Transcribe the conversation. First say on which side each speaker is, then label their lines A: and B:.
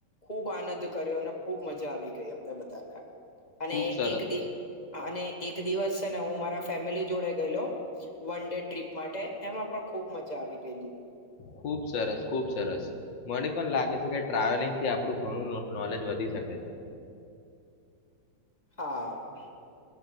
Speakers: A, on the left (about 20°); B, on the left (about 60°).
A: ખૂબ આનંદ કર્યો અને ખુબ મજા આવી ગઈ અમને બધાને. અને
B: ખુબ સરસ
A: એક દિવ અને એક દિવસ તે હું મારા ફેમિલી જોડે ગયલો. વન ડે ટ્રીપ માટે એમાં પણ ખુ ખૂબ મજા આવી ગયેલી.
B: ખુબ સરસ ખુબ સરસ, મને પણ લાગે છે કે ટ્રાવેલિંગ થી આપણું ઘણું નોલેજ વધી શકે છે.
A: હા.